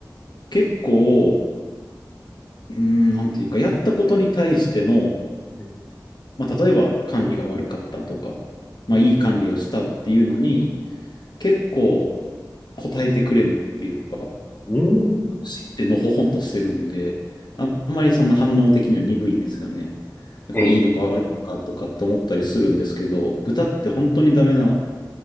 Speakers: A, on the left; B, on the left.
A: 結構、うーん、なんていうか、やったことに対しての、
B: うん、
A: まあ、例えば管理が悪かったとか、まあ、
B: うん、
A: いい管理をしたっていうのに、結構答えてくれるっていうか、
B: うん、うん
A: 知ってのほほんとしてるんで、あんまりそんな反応的には鈍いんですよね。でこれいいのか悪いのかとかって思ったりするんですけど、
B: ええ、
A: 豚って本当にダメな